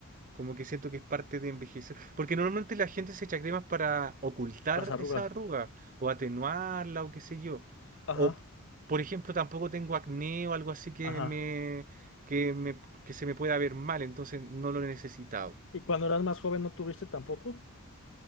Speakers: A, on the right; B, on the left.
A: Como que siento que es parte de envejecer. Porque normalmente la gente se echa cremas para ocultar
B: Las arrugas.
A: esa arruga o atenuarla o qué sé yo.
B: Ajá,
A: O, por ejemplo, tampoco tengo acné o algo así que
B: ajá.
A: me, que me, que se me pueda ver mal, entonces no lo he necesitado.
B: ¿Y cuando eras más joven no tuviste tampoco?